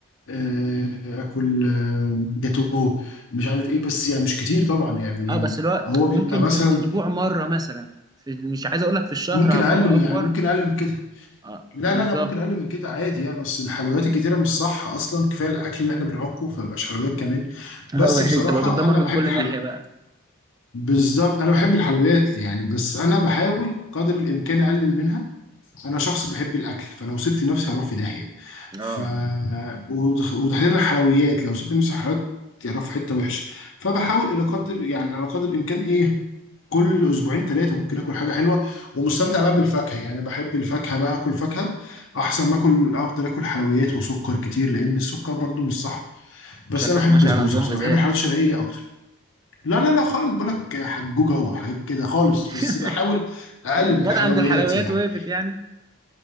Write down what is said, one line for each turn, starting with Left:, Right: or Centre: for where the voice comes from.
Left: آه، اكل آه، جاتو مش عارف ايه بس يعني مش كتير طبعا يعني
Right: اه بس الوقت
Left: هو بيبقى
Right: ممكن
Left: مثلا
Right: في الاسبوع مره مثلا في مش عايز اقول لك في الشهر
Left: ممكن
Right: هبقى
Left: اقل
Right: بافور
Left: من- يعني ممكن اقل من كده
Right: اه
Left: لا
Right: بالظبط
Left: لا لا ممكن اقل من كده عادي يعني بس الحلويات الكتيره مش صح اصلا كفايه الاكل اللي احنا بنعكه فمبقاش حلويات كمان
Right: <laughs>
Left: بس
Right: اه يعني
Left: بصراحه
Right: تبقى بتدمر
Left: انا
Right: من
Left: بحب
Right: كل
Left: الحلويات
Right: ناحيه بقى
Left: بالظبط انا بحب الحلويات يعني بس انا بحاول قدر الامكان اقلل منها انا شخص بحب الاكل فلو سبت نفسي هروح في داهيه ف
Right: اه
Left: وتخ- وتحديدا الحلويات لو سبت نفسي حلويات هروح في حته وحشه فبحاول الى قدر يعني على قدر الامكان ايه كل اسبوعين ثلاثه ممكن اكل حاجه حلوه ومستمتع بقى بالفاكهه يعني بحب الفاكهه بقى اكل فاكهه احسن ما اكل افضل اكل حلويات وسكر كتير لان السكر برضو مش صح بس
Right: شكلك
Left: انا بحب
Right: ماشي
Left: البسبوسه
Right: على نظام
Left: بصراحه
Right: غذائي
Left: بحب الحلويات الشرقيه اكتر لا لا لا خالص بقول لك حجوجه وحاجات كده خالص
Right: <laughs>
Left: بس بحاول اقلل
Right: جت
Left: من الحلويات
Right: عند الحلويات
Left: يعني
Right: وقفت يعني